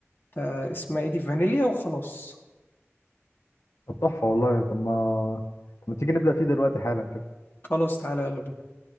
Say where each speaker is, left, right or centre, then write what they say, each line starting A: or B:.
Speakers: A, on the left; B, on the left.
A: آه، اسمها ايه دي فانيليا وخلاص
B: طب تحفه والله طب ما طب ما تيجي نبدا فيه دلوقتي حالا كده
A: خلاص تعالى يلا بينا